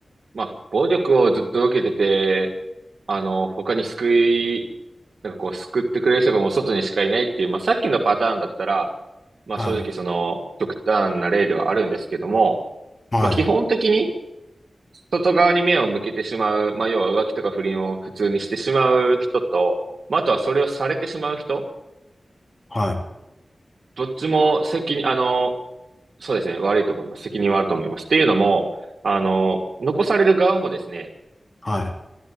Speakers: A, on the right; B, on the left.
A: まあ、暴力をずっと受けてて、あの、他に救い、なんかこう、救ってくれる人がもう外にしかいないっていう、まあ、さっきのパターンだったら、まあ、
B: はい。
A: 正直その、極端な例ではあるんですけども、
B: はい。
A: まあ、基本的に、外側に目を向けてしまう、まあ、要は浮気とか不倫を普通にしてしまう人と、まあ、あとはそれをされてしまう人、
B: はい。
A: どっちも責任、あの、そうですね、悪いと思います。責任はあると思います。っていうのも、あの、残される側もですね、
B: はい。